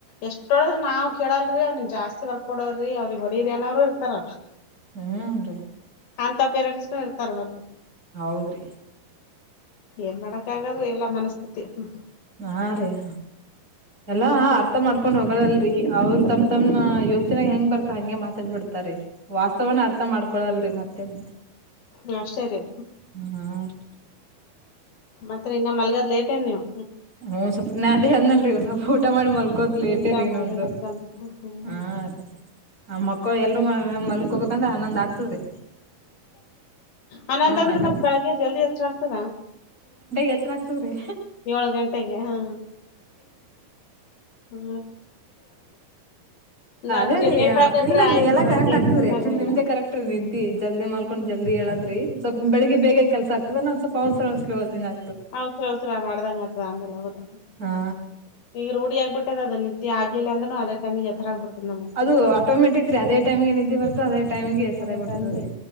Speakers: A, on the left (about 70°); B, on the right (about 25°).
A: ಎಷ್ಟೊಡದ್ರ ನಾವ್ ಕೇಳಲ್ರಿ ಅವ್ನಿಗ್ ಜಾಸ್ತಿ ವರ್ಕ್ ಕೊಡವ್ರಿ ಅವ್ರಿಗ್ ಹೊಡೀರಿ ಅನೋ ಇರ್ತಾರ
B: ಹ್ಮನ್ರಿ
A: ಅಂತ ಪೇರೆಂಟ್ಸ್ ನು ಕರ್ಮ
B: ಹೌದ್ರಿ
A: ಏನ್ ಮಾಡಕ್ಕಾಗಲ್ಲ ರಿ ಎಲ್ಲಾ ಮನಸ್ಥಿತಿ ಹ್ಮ.
B: ಹಾ ರಿ ಹ. ಎಲ್ಲಾ
A: ಮತ್ರಿ
B: ಅರ್ಥ ಮಾಡ್ಕೊಂಡ್ ಹೋಗೋಲ್ಲಿ ಅವ್ರು ತಮ್ ತಮ್ಮ್ ಯೋಚನೆ ಹೆಂಗ್ ಬರ್ತ ಹಂಗೆ ಮಾತಾಡ್ಬಡ್ತಾರೆ. ರೀ ವಾಸ್ತವನ ಅರ್ಥ ಮಾಡ್ಕೊಳಲ್ರಿ ಮತ್ತೆ <inaudible>
A: ಹ ಅಷ್ಟೇ ರಿ,
B: ಹ್ಮ ರಿ.
A: ಮತ್ರಿ ಇನ್ನ ಮಲ್ಗದ್ ಲೇಟ್ ಏನ್ ನೀವು
B: ಹ ಸ್ವಲ್ ನಾ ಅದೇ ಅದ್ನಲ್ರಿ, ಊಟ ಮಾಡಿ ಮಲ್ಗ ಮಕ್ಕದ್ ಲೇಟೇ
A: ಊಟ
B: ರೀ ಇನ್ನೊಂದು.
A: ಮಾಡಿ ಮಲ್ಕೊಂಡ್ ಹ್ಮ್
B: ಹಾ ರೀ ಆ ಮಕ್ಕಳ ಎಲ್ರು ಮಲ್ಕೋಬೇಕಂದ್ರೆ ಹನ್ನೊಂದು ಆಗ್ತದರಿ.
A: ಹನಂದಾದ್ರೆ
B: ಹನ್ನೊಂದ್
A: ಮತ್ತೆ ಬೆಳ್ಳಗೆ ಜಲ್ದಿ ಹತ್ರ ಆಗ್ತದಾ.
B: ಹೆಚ್ಚರ ಆಗ್ತದೆ ರೀ,
A: ಏಳ ಗಂಟೆಗೆ ಹಾ ಹ್ಮ. ನಾವ್
B: ಹದೇ ರಿ
A: ಲೇಟ್ ಆಗಿ ಎದ್ರ
B: ಇಲ್ಲ
A: ಆಯ್ತ್
B: ನೀ ಎಲ್ಲಾ
A: ಬೆಳಗ್ಗೆ
B: ಕರೆಕ್ಟ್ ಆಗ್ತದ್ರಿ
A: ಎಚ್ಚರನೇ
B: ಆಕ್ಚುಲಿ
A: ಆಗೋದಿಲ್ಲ
B: ನಿಮ್ದೆ ಕರೆಕ್ಟ್ ರೀ ನಿದ್ದಿ ಜಲ್ದಿ ಮಾಡಲ್ಕೊಂಡು,
A: ಹ್ಮ್.
B: ಜಲ್ದಿ ಹೇಳದ್ರಿ, ಸ್ವಲ್ಪ ಬೆಳಿಗ್ಗೆ ಬೇಗ ಕೆಲಸ ಆಗ್ತದ ನಾ ಸ್ವಲ್ಪ ಹೌಸ್ರಾ ಹೌಸ್ರಾ ಹಂಗ
A: ಹೌಸ ಹಔಸರ ಮಾಡ್ದಂಗ ಆತದ ಆಮೇಲೆ ಹೌದು
B: ಹಾ
A: ಈಗ ರೂಢಿ ಆಗ್ಬಿಟ್ಟು <unintelligible> ಆಗ್ಲಿಲ್ಲ ಅಂದ್ರನೂ ಅದೇ ಟೈಮಿಗೆ ಹೆಚ್ಚಾರ ಆಗ್ಬಿಡ್ತದೆ ನಮಗ
B: ಅದು
A: ಹ.
B: ಆಟೋಮೆಟಿಕ್ ರೀ ಅದೇ ಟೈಮ್ಗೆ <unintelligible> ಎಚ್ಚರಾಗಿ
A: ಅ
B: ಬಿಡ್ತದ್ರಿ
A: ಸಂಜೆ